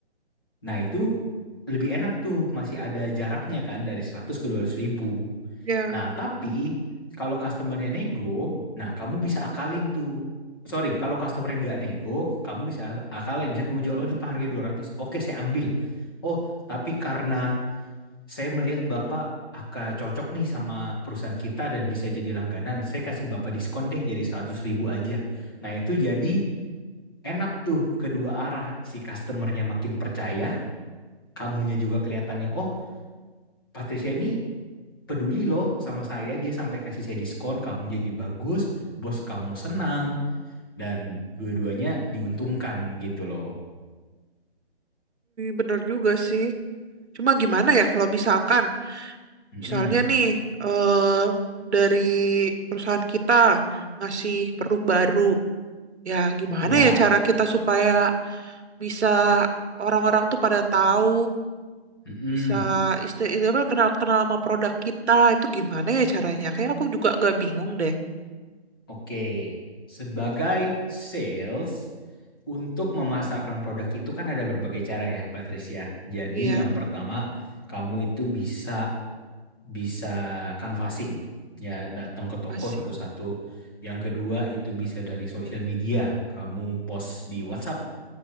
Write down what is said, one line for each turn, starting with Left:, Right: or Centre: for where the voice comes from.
Left: Nah, itu lebih enak tuh, masih ada jaraknya kan dari 100 ke dua ratus ribu.
Right: ya,
Left: Nah, tapi kalau customernya nego, nah kamu bisa akalin tuh. Sorry, kalau customernya nggak nego, kamu bisa a- akalin. Misalnya kamu jual, oh ini harga ratus oke saya ambil. Oh, tapi karena saya melihat Bapak akan cocok nih sama perusahaan kita dan bisa jadi langganan, saya kasih Bapak diskon deh jadi seratus ribu aja. Nah, itu jadi enak tuh kedua arah. Si customernya makin percaya, kamunya juga kelihatannya oh Patricia ini peduli loh sama saya dia sampai kasih saya diskon kamunya jadi bagus bos kamu senang dan dua-duanya diuntungkan gitu loh
Right: bener juga sih. Cuma gimana ya kalau misalkan,
Left: Mm-mm.
Right: misalnya nih eh dari perusahaan kita ngasih produk baru, ya gimana
Left: ya
Right: ya cara kita supaya bisa orang-orang tuh pada tahu
Left: Mm-mm.
Right: bisa isti- itu apa kenal-kenal sama produk kita itu gimana ya caranya? Kayak aku juga gak bingung deh.
Left: oke sebagai sales untuk memasarkan produk itu kan ada berbagai cara ya Patricia jadi
Right: Iya,
Left: yang pertama kamu itu bisa bisa canvassing ya datang ke
Right: apa
Left: toko
Right: sih?
Left: satu-satu yang kedua itu bisa dari sosial media kamu post di WhatsApp